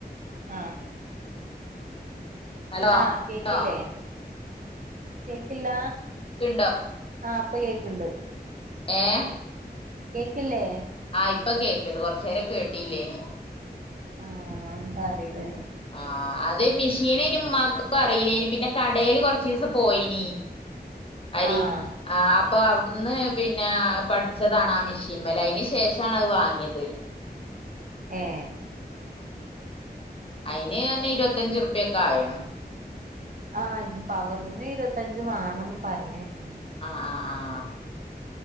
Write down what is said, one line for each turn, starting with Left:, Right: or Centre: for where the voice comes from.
Right: ആഹ്
Left: ഹലോ
Right: ആഹ് കേക്കില്ലേ
Left: ഹലോ
Right: കേക്കില്ല
Left: ക്കുണ്ടോ
Right: ആഹ പ്പൊ കേൾക്കണ്ട്
Left: ഏഹ
Right: കേക്കില്ലേ
Left: ആഹ് ഇപ്പൊ കേക്കണ്ട് കുറച്ച നേരം കേട്ടില്ലേ നി
Right: ആഹ എന്താ അറിയലേ
Left: ആഹ് അത് മെഷീന് അയ്ന് ഉമ്മാക്കും അറീലെനി പിന്നെ കടേല് കൊർച്ചീസം പോയിനി. അരി.
Right: ആഹ്
Left: ആഹ് അപ്പൊ അവുടുന്ന് പിന്നെ പഠിച്ചതാണ് ആ മെഷീൻമെലെ അയിന് ശേഷണ അത് വാങ്ങിത്.
Right: ഏഹ്.
Left: ഉം അയിന് എന്ന്നെ ഇരുപത്തഞ്ചറുപ്പിയൊക്കെ ആയിണം.
Right: ആഹജി പവർനെ ഇരുപത്തഞ്ച് വേണംന്ന് പറഞ്ഞേ കേട്ടിനു.
Left: ആഹ് ആഹ് ആഹ്.